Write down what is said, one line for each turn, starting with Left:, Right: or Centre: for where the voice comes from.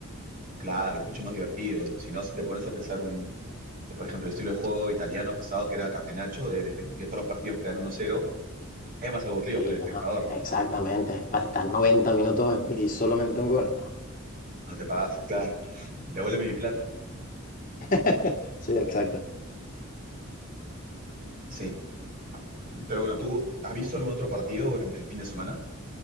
Right: Claro, es mucho más divertido. Si no, si te pones a pensar un, por ejemplo, el estilo de juego italiano pasado, que era Campeonato, de defender todos los partidos quedan 1-0, es más aburrido
Left: Sí,
Right: para el espectador.
Left: no, exactamente. Para estar 90 minutos y solamente un gol, no.
Right: No te pagas, claro, devuélveme mi plata.
Left: <laughs> Sí, exacto.
Right: Sí, pero bueno, ¿tú has visto algún otro partido durante el fin de semana?